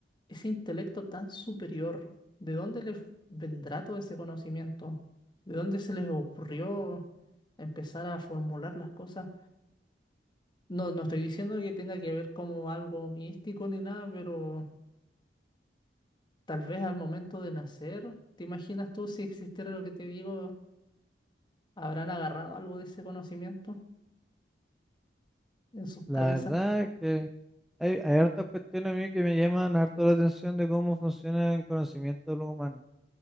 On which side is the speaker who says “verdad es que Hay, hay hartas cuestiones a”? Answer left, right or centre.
Centre